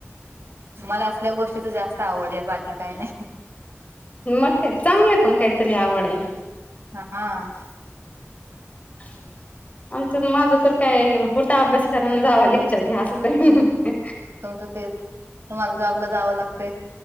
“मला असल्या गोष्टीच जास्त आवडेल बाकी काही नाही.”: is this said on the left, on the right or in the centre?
Right